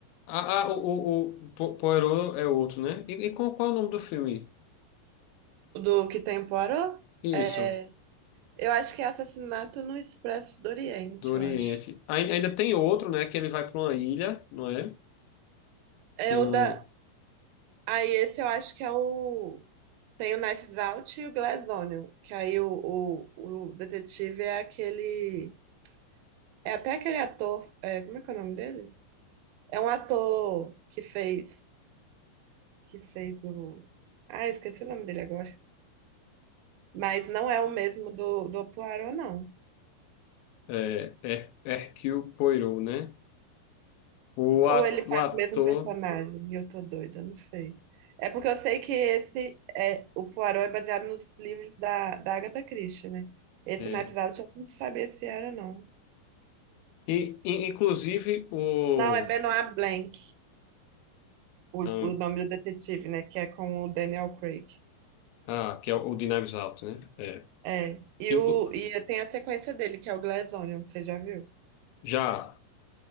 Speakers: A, on the left; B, on the right.
A: Ah, ah, o, o, o Po- Poirot é outro, né? E, e qual, qual é o nome do filme?
B: do que tem em Poirot?
A: Isso.
B: É, eu acho que é Assassinato no Expresso do Oriente,
A: do Oriente.
B: eu acho.
A: Ai- Ainda tem outro, né? Que ele vai para uma ilha, não é?
B: É
A: Que um
B: o da. Aí esse eu acho que é o. Tem o Knives Out e o Glass Onion, que aí o, o, o detetive é aquele. É até aquele ator. é, como é que é o nome dele? É um ator que fez. Que fez o. Ah, eu esqueci o nome dele agora. Mas não é o mesmo do, do Poirot, não.
A: é, Her- Hercule Poirot, né? O,
B: Ou
A: a-
B: ele faz
A: o ator.
B: o mesmo personagem e eu tô doida, não sei. É porque eu sei que esse é o Poirot é baseado nos livros da, da Agatha Christie, né? Esse
A: É.
B: Knives Out eu não sabia se era, não.
A: E, e- inclusive o.
B: Não, é Benoit Blanc, o,
A: Ah,
B: o nome do detetive, né? Que é com o Daniel Craig.
A: ah, que é o de Knives Out, né? É.
B: É. E,
A: Inclu-
B: o, e tem a sequência dele, que é o Glass Onion, você já viu?
A: já,